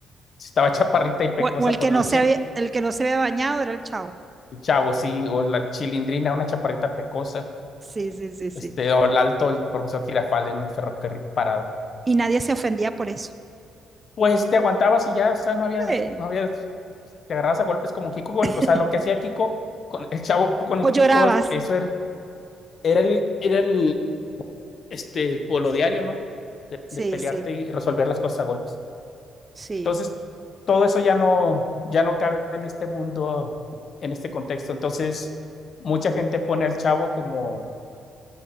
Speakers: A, on the left; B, on the right.
A: Si Estaba chaparrita y pecosa
B: O, o el
A: por
B: que no
A: la
B: se
A: chil,
B: había, el que no se había bañado era el chavo.
A: el chavo, sí, o la chilindrina, una chaparrita pecosa.
B: Sí, sí, sí, sí.
A: Este, o el alto, el profesor Girafales en el ferrocarril parado.
B: Y nadie se ofendía por eso.
A: Pues te aguantabas y ya, o sea, no había,
B: Sí.
A: no había, te agarrabas a golpes como Kiko, con,
B: <laughs>
A: o sea, lo que hacía Kiko, con el chavo con
B: O
A: el
B: llorabas.
A: Kiko, eso era, era el, era el este, o lo diario, ¿no? De,
B: Sí,
A: de, pelearte
B: sí,
A: y resolver las cosas a golpes.
B: sí.
A: Entonces, todo eso ya no, ya no cabe en este mundo, en este contexto. Entonces, mucha gente pone al chavo como,